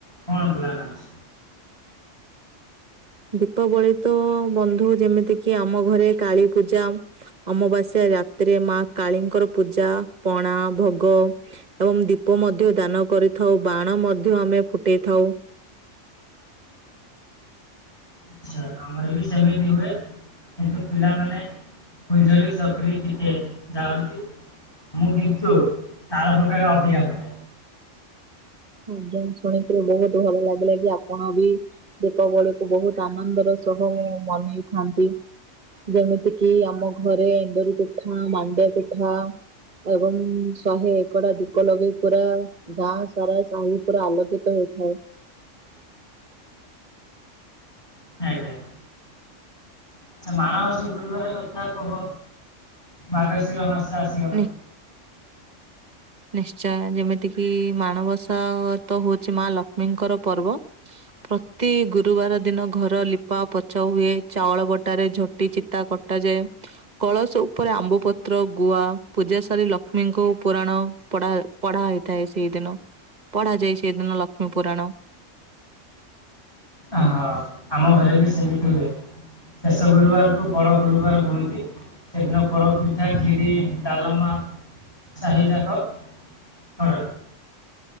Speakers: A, on the left; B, on the right.
A: କଣ ପ୍ଲାନ୍ ଅଛି?
B: ଦୀପାବଳି ତ ବନ୍ଧୁ ଯେମିତି କିି ଆମ ଘରେ କାଳୀ ପୂଜା ଅମାବାସ୍ୟା ରାତିରେ ମା କାଳୀଙ୍କର ପୂଜା ପଣା ଭୋଗ ଏବଂ ଦୀପ ମଧ୍ୟ ଦାନ କରିଥାଉ ବାଣ ମଧ୍ୟ ଆମେ ଫୁଟେଇ ଥାଉ।
A: ଆଛା ଆମର ବି ସେମିତି ହୁଏ କିନ୍ତୁ ପିଲାମାନେ ଫୁଲ ଝରି ଚକରି ଟିକେ ଜାଳନ୍ତି। ମୁଁ କିନ୍ତୁ ତାଳ ଫୋଟକା ଅଧିକା ଫୁଟାଏ।
B: ଆଜ୍ଞା ଶୁଣିକିରି ବହୁତ ଭଲ ଲାଗିଲା କି ଆପଣ ବି ଦୀପାବଳିକୁ ବହୁତ ଆନନ୍ଦର ସହ ମନେଇଥାନ୍ତି। ଯେମିତି କିି ଆମ ଘରେ ଏଣ୍ଡୁରି ପିଠା ମାଣ୍ଡିଆ ପିଠା ଏବଂ ଶହେ ଏକଡା ଦୀପ ଲଗେଇ ପୁରା ଗାଁ ସାରା ସାଇ ପୁରା ଆଲୋକିତ ହେଇଥାଏ।
A: ଆଜ୍ଞା। ଆଛା ମାଣ ମାସ ଗୁରୁବାର କଥା କୁହ ମାଘଶିର ମାସ ଆସିଗଲା।
B: ନି ନିଶ୍ଚୟ ଯେମିତି କିି ମାଣବସା ତ ହଉଛି ମା ଲକ୍ଷ୍ମୀଙ୍କର ପର୍ବ। ପ୍ରତି ଗୁରୁବାର ଦିନ ଘର ଲିପା ପୋଛା ହୁଏ ଚାଉଳ ବଟାରେ ଝୋ ଟି ଚିତା କଟାଯାଏ। କଳସ ଉପରେ ଆମ୍ବ ପତ୍ର ଗୁଆ ପୂଜା ସାରି ଲକ୍ଷ୍ମୀଙ୍କ ପୁରାଣ ପଢା ପଢା ହେଇଥାଏ ସେଇ ଦିନ। ପଢା ଯାଏ ସେଇଦିନ ଲକ୍ଷ୍ମୀ ପୁରାଣ।
A: ଆ ହଁ ଆମ ଘରେ ବି ସେମିତି ହୁଏ। ଶେଷ ଗୁରୁବାରକୁ ବଡ଼ ଗୁରୁବାର କୁହନ୍ତି। ସେଦିନ ପୋଡ଼ପିଠା, କ୍ଷୀରି, ଡାଲମା ସାହିଯାକ କର